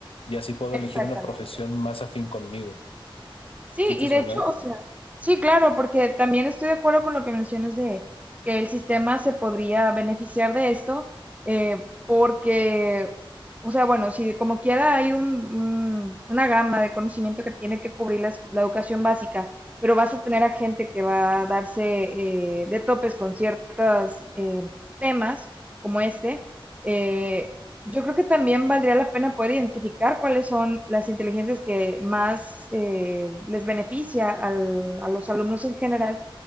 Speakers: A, on the left; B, on the right.
A: y así puedo
B: exactamente.
A: elegir una profesión más afín conmigo.
B: Sí,
A: ¿Sí te
B: y
A: suena?
B: de hecho, o sea, sí, claro, porque también estoy de acuerdo con lo que mencionas de que el sistema se podría beneficiar de esto, eh, porque, o sea, bueno, si como quiera hay un- un- una gama de conocimiento que tiene que cubrir la, escu- la educación básica, pero vas a tener a gente que va a darse eh, de topes con ciertos temas como este. eh, yo creo que también valdría la pena poder identificar cuáles son las inteligencias que más eh, les beneficia al- a los alumnos en general